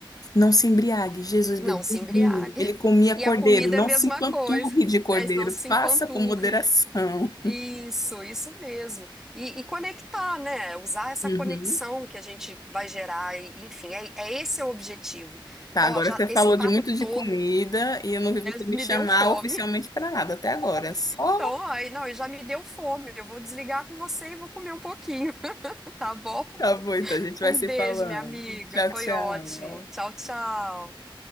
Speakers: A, on the left; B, in the centre.
A: Não se embriague. Jesus
B: não
A: bebia
B: se embriague.
A: vinho. Ele comia cordeiro.
B: E a comida
A: Não
B: é a mesma
A: se empanturre
B: coisa.
A: de cordeiro.
B: É, não se
A: Faça
B: empanturre.
A: com moderação.
B: Isso, isso mesmo. E, e conectar, né? Usar essa
A: Uhum.
B: conexão que a gente vai gerar, e, enfim, é, é esse é o objetivo.
A: Tá,
B: Ó,
A: agora
B: já
A: você
B: esse
A: falou
B: papo
A: de muito de
B: todo
A: comida e eu não vi você me
B: me
A: chamar
B: deu fome.
A: oficialmente para nada até agora. Só
B: Então, aí, não, e já me deu fome. Eu vou desligar com você e vou comer um pouquinho, <laughs> tá bom?
A: tá bom, então a gente vai
B: Um
A: se
B: beijo,
A: falando.
B: minha amiga.
A: Tchau,
B: Foi
A: tchau.
B: ótimo. Tchau, tchau.